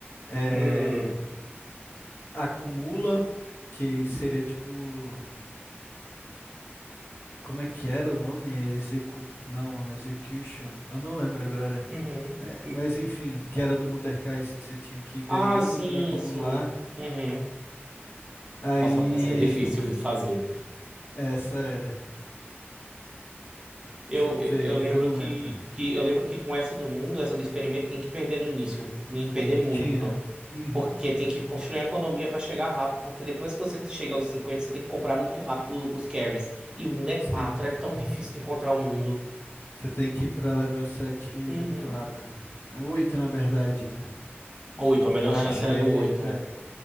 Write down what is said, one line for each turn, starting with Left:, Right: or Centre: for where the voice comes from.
Left: é,
Right: Hum,
Left: acumula, que seria tipo. Como é que era o nome? Execu... Não, Execution. Eu não lembro agora.
Right: uhum.
Left: É,
Right: Hum.
Left: mas enfim, que era do Mordekaiser que você tinha que ir ganhando
Right: Ah, sim,
Left: para acumular.
Right: sim. Uhum.
Left: Aí,
Right: Nossa, essa é difícil de fazer.
Left: essa era.
Right: Eu,
Left: Deixa eu ver,
Right: eu lembro
Left: ah, não
Right: que,
Left: lembro.
Right: que eu lembro que com essa do mundo, essa do experimento, tem que perder no início. Tem que perder muito.
Left: Tinha. Uhum,
Right: Porque tem que construir a economia para chegar rápido. Porque depois que você chega aos 50 você tem que comprar muito rápido os carries. E o mundo é 4
Left: sim,
Right: é tão difícil de encontrar o mundo.
Left: você tem que ir para level sete
Right: Uhum.
Left: muito rápido. É, 8, na verdade, né?
Right: 8, a melhor
Left: Para
Right: chance
Left: achar
Right: era no
Left: ele,
Right: oito
Left: é,